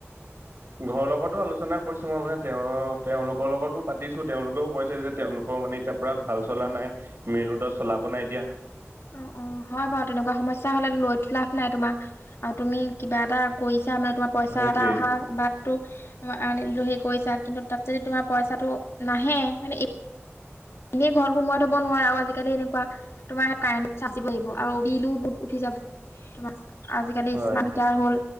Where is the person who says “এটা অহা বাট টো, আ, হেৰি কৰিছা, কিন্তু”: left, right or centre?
Left